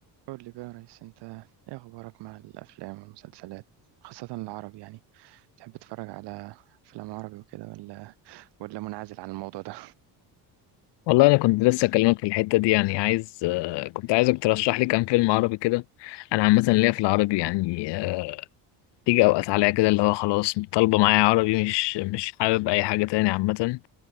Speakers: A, on the right; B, on the left.
A: قول لي بقى يا ريس انت ايه اخبارك مع الافلام والمسلسلات خاصة العربي يعني تحب تتفرج على افلام عربي وكده ولا ولا منعزل عن الموضوع ده
B: والله انا كنت لسه اكلمك في الحته دي يعني عايز آه، كنت عايزك ترشح لي كام فيلم عربي كده انا عامه ليا في العربي يعني آه، تيجي اوقات عليا كده اللي هو خلاص طالبه معايا عربي مش مش حابب اي حاجه تاني عامه